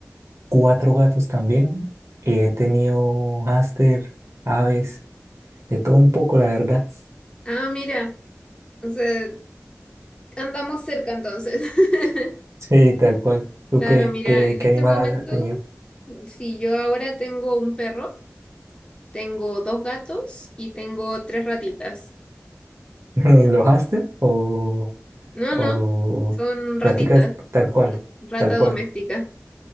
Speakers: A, on the right; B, on the left.
A: cuatro gatos también. He tenido hámster, aves, de todo un poco, la verdad. <laughs>
B: Ah, mira, o sea, andamos cerca entonces. <laughs>
A: Sí, tal cual. ¿Tú
B: Claro,
A: qué,
B: mira,
A: qué,
B: en
A: qué
B: este
A: animal
B: momento,
A: has tenido?
B: si yo ahora tengo un perro, tengo dos gatos y tengo tres ratitas.
A: <laughs> ¿Los hámster o,
B: No,
A: o
B: no, son ratitas,
A: practicas tal cual?
B: sí, rata
A: Tal cual.
B: doméstica.